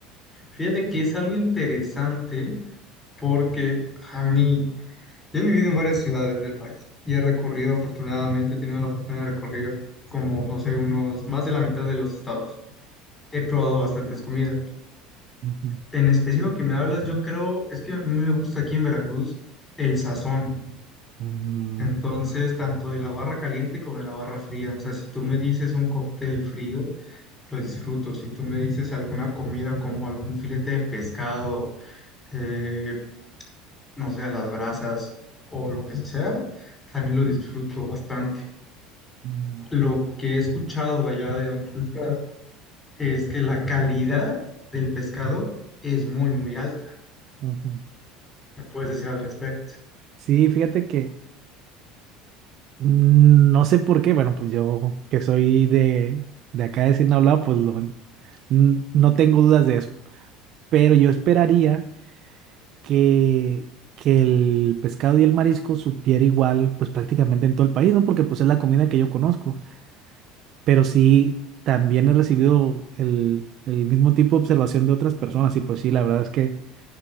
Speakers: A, on the left (about 15°); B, on the right (about 50°).
A: Fíjate que es algo interesante porque a mí, yo he vivido en varias ciudades del país y he recorrido, afortunadamente, he tenido la fortuna de recorrer como, no sé, unos más de la mitad de los estados. He probado bastantes comidas.
B: Ujú.
A: En específico que me hablas, yo creo, es que a mí me gusta aquí en Veracruz el sazón.
B: Mm,
A: Entonces, tanto de la barra caliente como de la barra fría. O sea, si tú me dices un cóctel frío, lo disfruto. Si tú me dices alguna comida como algún filete de pescado, eh, no sé, a las brasas o lo que sea, también lo disfruto bastante.
B: mm,
A: Lo que he escuchado allá de donde tú estás es que la calidad del pescado es muy, muy alta.
B: ujú.
A: puedes decir al respecto?
B: Sí, fíjate que mm, no sé por qué, bueno, pues yo que soy de, de acá de Sinaloa, pues lo- n- no tengo dudas de eso. Pero yo esperaría que, que el pescado y el marisco supiera igual, pues prácticamente en todo el país, ¿no? Porque pues es la comida que yo conozco. Pero sí, también he recibido el, el mismo tipo de observación de otras personas y pues sí, la verdad es que,